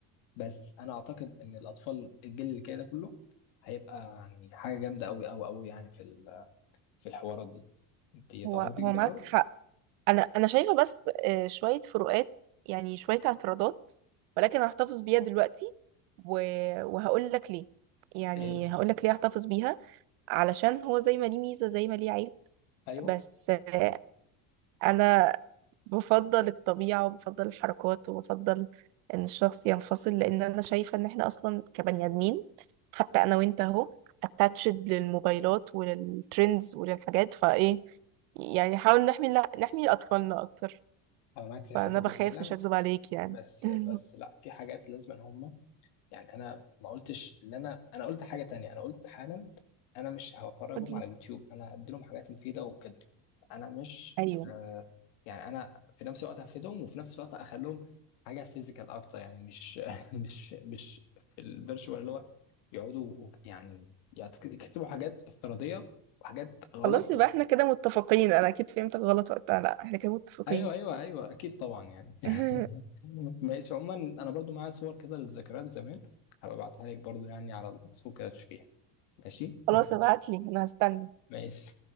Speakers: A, on the left (about 75°); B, on the right (about 80°).
A: بس انا اعتقد ان الاطفال الجيل اللي كده ده كله هيبقى يعني حاجة جامدة قوي قوي قوي يعني في ال... في الحوارات دي انت تعتقدي
B: هو هو
A: كده
B: معاك
A: برضه
B: حق انا انا شايفه بس آه، شويه فروقات يعني شويه اعتراضات ولكن هحتفظ بيها دلوقتي و... وهقول لك ليه يعني
A: ايه
B: هقول لك ليه احتفظ بيها علشان هو زي ما ليه ميزه زي ما ليه عيب
A: ايوه
B: بس آه، انا بفضل الطبيعة وبفضل الحركات وبفضل ان الشخص ينفصل لان انا شايفة ان احنا اصلا كبني ادمين حتى انا وانت اهو اتاتشد للموبايلات وللترندز وللحاجات فايه يعني حاول نحمي لا نحمي اطفالنا اكتر
A: انا معاك في الحته
B: فانا بخاف
A: دي فعلا
B: مش هكذب عليك يعني
A: بس
B: <laughs>
A: بس لا في حاجات لازم ان هم يعني انا ما قلتش ان انا انا قلت حاجه تانية انا قلت حالا انا مش هفرجهم
B: قولي
A: على اليوتيوب انا هديلهم حاجات مفيده وكده انا مش
B: ايوه
A: آه يعني انا في نفس الوقت هفيدهم وفي نفس الوقت اخليهم حاجه فيزيكال اكتر يعني مش <laughs> مش مش في الفيرتشوال اللي هو يقعدوا وك- يعني يكتبوا حاجات افتراضيه وحاجات غلط
B: خلاص يبقى احنا كده متفقين انا اكيد فهمتك غلط وقتها لا احنا كده متفقين
A: ايوه ايوه ايوه اكيد طبعا يعني
B: <laughs>
A: <laughs> ماشي عموما انا برضو معايا صور كده للذكريات زمان هبقى ابعتها لك برضو يعني على الواتس وكده تشوفيها ماشي
B: خلاص ابعتلي انا هستنى
A: ماشي